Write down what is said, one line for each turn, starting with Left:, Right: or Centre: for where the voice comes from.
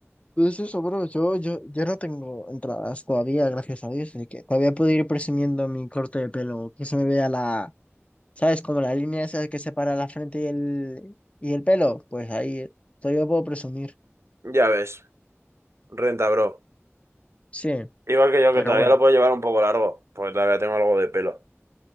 Left: pues eso, bro. Yo, yo, yo no tengo entradas todavía, gracias a Dios, así que todavía puedo ir presumiendo mi corte de pelo, que se me vea la, ¿sabes? Como la línea esa que separa la frente y el, y el pelo. Pues ahí, todavía puedo presumir.
Right: ya ves. Renta, bro.
Left: Sí,
Right: Igual que yo,
Left: pero
Right: que todavía
Left: bueno,
Right: lo puedo llevar un poco largo, porque todavía tengo algo de pelo.